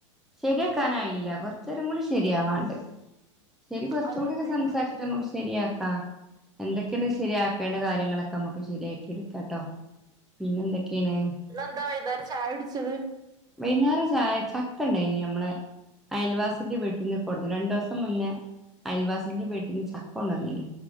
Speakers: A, in the centre; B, on the right (about 25°).
A: ശെര്യാക്കാനായില്ല കൊർച്ചേരം കൂടി ശരിയാവാണ്ട്. ശെരി കൊർച്ചൂട്യക്കെ
B: അതെന്തേ
A: സംസാര്ച്ച്ട്ട് നമ്മക്ക് ശെരിയാക്കാം. എന്തൊക്കെയന്ന് ശരിയാക്കേണ്ട കാര്യങ്ങളൊക്കെ നമുക്ക് ശരിയാക്കി എടുക്കാം കേട്ടോ. പിന്നെ എന്തൊക്കേണ്?
B: ഇന്നെന്താ വൈന്നേരം ചായടിച്ചത്?
A: വൈന്നാരം ചായ ചക്ക ഇണ്ടായിനി അമ്മളെ അയൽവാസിന്റെ വീട്ട്ന്ന് കൊട്ന്ന് രണ്ടോസം മുന്നേ അയൽവാസിന്റെ വീട്ട്ന്ന് ചക്ക കൊണ്ടന്നീനി.